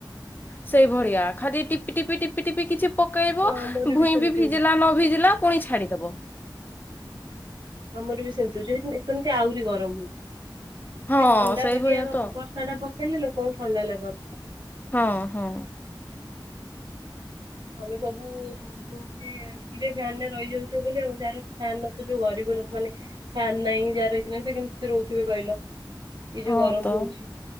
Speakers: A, on the left; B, on the right.
A: ସେଇଭଳିଆ ଖାଲି ଟିପି ଟିପି ଟିପି କିଛି ପକେଇବ
B: ହଁ ଆମର
A: ଭୁଇଁବି
B: ବି ସେମିତି
A: ଭିଜିଲା
B: ହଉଛି
A: ନ ଭିଜିଲା ପୁଣି ଛାଡ଼ିଦବ।
B: ଆମରବି ସେମିତି ହଉଚି ଏଇଠୁ ସେମିତି ଆହୁରି ଗରମ ହଉଚି
A: ହଁ
B: ଟିକେ ଥଣ୍ଡା
A: ସେଇଭଳିଆ
B: ବାକିଆ ବ
A: ତ
B: ଟା ପକେଇଲେ ଲୋକଙ୍କୁ ଥଣ୍ଡା ଲାଗ
A: ହଁ ହଁ।
B: ଆମେ ସବୁ ଯୋଉ ଏସି ରେ ଫ୍ୟାନରେ ରହିଯାଉଚୁ ବୋଲି ଆଉ ଯାହାର ଫ୍ୟାନ୍ ନଥବ ଯୋଉ ଗରିବ ଲୋକମାନେ ଫ୍ୟାନ୍ ନାହିଁ ଯାହାର ଏଇଥିରେ ନାଇଁ ସେ କେମିତି ରହୁଥିବେ କହିଲ? ଏଇ ଯୋଉ
A: ହଁତ
B: ଗରମ ହଉଛି।